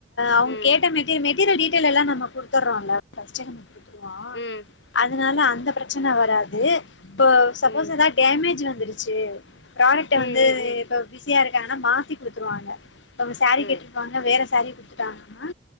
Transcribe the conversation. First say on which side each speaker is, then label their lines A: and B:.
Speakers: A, on the left (about 85°); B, on the left (about 70°).
A: அவங்க
B: ம்.
A: கேட்ட மெட்டி மெட் சீரியல் டிட்டைல் எல்லா நம்ம குடுத்துற்றோல்ல பஃஸ்ட்டே நம்ம குடுத்துருவோ அது
B: ம்.
A: அதனால அந்த பிரச்சன வராது ப்ப சப்போஸ்
B: ம்.
A: எதாவு டேமேஜ் வந்துருச்சி ப்ராடக்ட்ட
B: ம். ம்.
A: வந்து
B: ம்.
A: இப்ப பிஸியா இருக்காங்கன்னா மாத்தி குடுத்துருவாங்க ப்பவ் சேரீ
B: ம்.
A: கேட்டிருப்பாங்க வேற சேரீ குடுத்துட்டாங்கன்னா